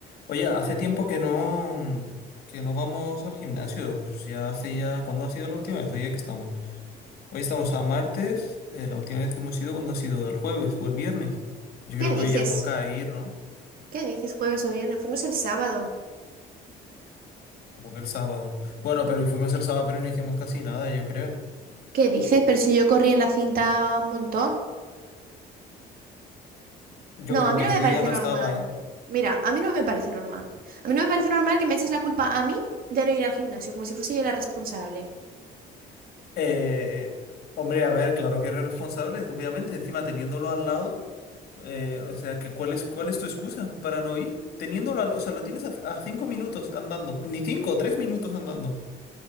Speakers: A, on the left (about 65°); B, on the right (about 60°).
A: Oye, hace tiempo que no, mm, que no vamos al gimnasio. si Ya hace ya. ¿Cuándo ha sido la última vez? Oye, que estamos. Hoy estamos a martes. eh, la última vez que hemos ido, ¿cuándo ha sido? ¿El jueves o el viernes? Yo creo
B: ¿Qué
A: que
B: dices?
A: hoy ya toca ir, ¿no?
B: ¿Qué dices jueves o viernes? Fuimos el sábado.
A: Como que el sábado. Bueno, pero y fuimos el sábado, pero no hicimos casi nada, yo creo.
B: ¿Qué dices? Pero si yo corrí en la cinta un montón.
A: Yo
B: No,
A: creo
B: a mí
A: que
B: no
A: ese
B: me
A: día
B: parece
A: no estaba,
B: normal.
A: ¿eh?
B: Mira, a mí no me parece normal. A mí no me parece normal que me eches la culpa a mí de no ir al gimnasio, como si fuese yo la responsable.
A: Eh, hombre, a ver, claro que eres responsable, obviamente, encima teniéndolo al lado, eh, o sea, que cuál es, cuál es tu excusa para no ir? Teniéndolo, al- o sea, lo tienes a, a cinco minutos andando, ni cinco, tres minutos andando.